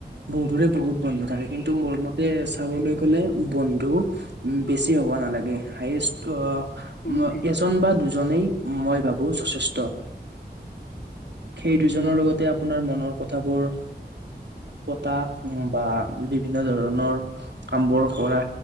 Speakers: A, on the right; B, on the left.
A: বহুতৰে বহুত বন্ধু থাকে, কিন্তু মোৰ মতে চাবলৈ গ'লে বন্ধু উম, বেছি হ'ব নালাগে। হায়েষ্ট আহ
B: উম সেইটো
A: এজন বা দুজনেই মই ভাবো যথেষ্ট। সেই
B: উম
A: দুজনৰ
B: হয়।
A: লগতে আপোনাৰ মনৰ কথাবোৰ পতা বা বিভিন্ন ধৰণৰ কামবোৰ কৰা।